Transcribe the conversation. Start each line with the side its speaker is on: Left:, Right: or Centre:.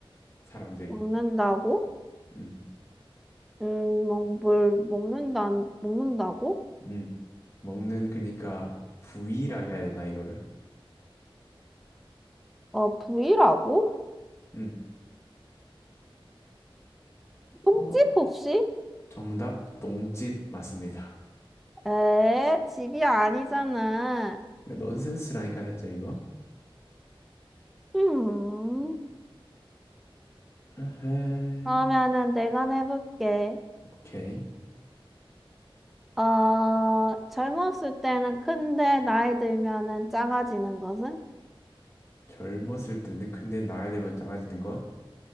Left: 사람들이.
Centre: 먹는다고?
Left: 음,
Centre: 음, 먹, 뭘 먹는다, 먹는다고?
Left: 음. 먹는 그니까 부위라 해야 되나, 이거를?
Centre: 어, 부위라고?
Left: 음.
Centre: 흠집
Left: 어,
Centre: 혹시?
Left: 정답, 똥집 맞습니다.
Centre: 에, 집이 아니잖아.
Left: 그러니까 넌센스라니까, 살짝 이거.
Centre: 음,
Left: 아하.
Centre: 그러면은 내가 내볼게.
Left: 오케이.
Centre: 어, 젊었을 때는 큰데 나이 들면은 작아지는 것은?
Left: 젊었을 때는 근데 나이 들면 작아지는 것.